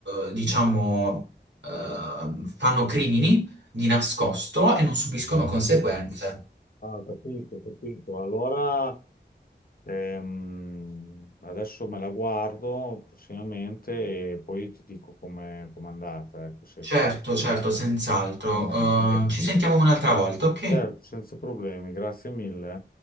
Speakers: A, on the right (about 80°); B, on the left (about 55°).
A: eh, diciamo, eh, fanno crimini di nascosto e non subiscono conseguenze.
B: Sì. Ah, ho capito, ho capito. Allora. Ehm, adesso me la guardo prossimamente e poi ti dico com'è com'è andata. Ecco, se,
A: Certo,
B: se...
A: certo, senz'altro.
B: A me va bene.
A: Eh, ci sentiamo un'altra volta, ok?
B: Certo, senza problemi, grazie mille.